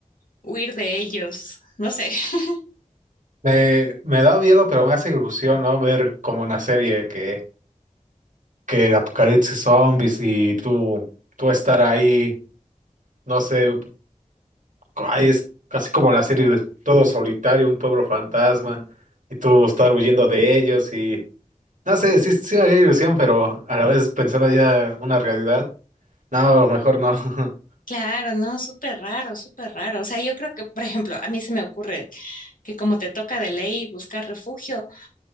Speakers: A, on the left; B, on the right.
A: huir de ellos. No sé. <laughs>
B: Me, me da miedo, pero me hace ilusión, ¿no? Ver como una serie que, que apocalipsis zombies y tú, tú estar ahí, no sé, Ay, es casi como la serie de Todo Solitario, un pueblo fantasma, y tú estar huyendo de ellos y... No sé, sí, sí me haría ilusión, pero a la vez pensando ya en una realidad. No, mejor no. <laughs>
A: Claro, no, súper raro, súper raro. O sea, yo creo que, por ejemplo, a mí se me ocurre que como te toca de ley buscar refugio,